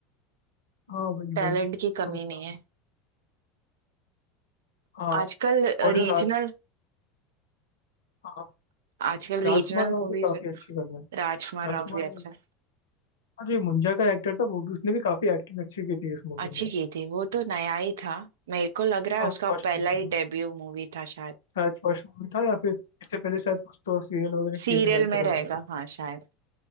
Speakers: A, on the left; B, on the right.
A: हाँ वही
B: टैलेंट
A: वही तो
B: की कमी
A: मतलब
B: नहीं है
A: हाँ
B: आजकल
A: और ये
B: रीजनल
A: राज हाँ
B: आजकल
A: राजकुमार
B: रीजनल
A: राव
B: मूवीज
A: भी काफी
B: है,
A: अच्छी कर रहे हैं
B: राजकुमार
A: राजकुमार
B: राव भी
A: राव
B: अच्छा
A: और जो ये मुंजा का एक्टर था वो भी उसने भी काफी एक्टिंग अच्छी की थी इस मूवी
B: अच्छी
A: में
B: की थी वो तो नया ही था मेरे को लग रहा
A: हाँ
B: है उसका
A: फर्स्ट
B: पहला
A: मूवी
B: ही
A: में
B: डेब्यू मूवी था शायद
A: शायद फर्स्ट मूवी था या फिर इससे पहले शायद कुछ तो सीरियल वगैरह
B: सीरियल
A: किए थे शायद
B: में
A: पता
B: रहेगा
A: नहीं
B: हाँ शायद